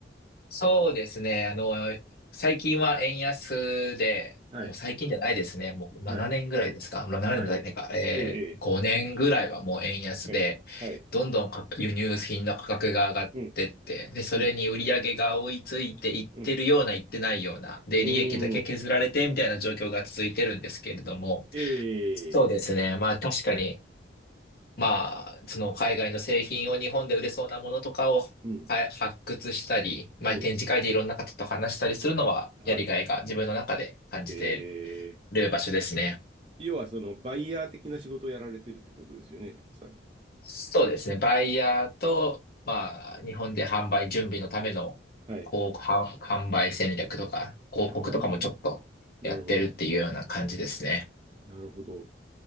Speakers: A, on the left; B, on the right.
A: そうですね。あの、最近は円安で、
B: はい、
A: もう最近じゃないですね。もう7年ぐらいですか。
B: はい、
A: 7年もないか。
B: はい。
A: えー、
B: ええ、
A: 5年ぐらいはもう円安で、
B: ええ、ええはい。
A: どんどんか輸入品の価格が上がってって、
B: うん、
A: で、それに売り上げが追いついていってるような、
B: うん、うん。
A: いってないような、で、
B: うーん。
A: 利益だけ削られてみたいな状況が続いてるんですけれども、
B: ええ
A: そうですね。まあ確かにまあ、その海外の製品を日本で売れそうなものとかをはい発掘したり、
B: うん、
A: まあ、
B: うん、
A: 展示会でいろんな方と話したりするのはやりがいが自分の中で感じて
B: はい。ええ
A: る場所ですね。
B: 要はそのバイヤー的な仕事をやられてるってことですよね、まさに。
A: そうですね。バイヤーと、まあ、日本で販売準備のためのこう販販売戦略とか、
B: はい。
A: 広告とかもちょっとやってるっていうような感じですね。
B: ああ、なるほど。なるほど。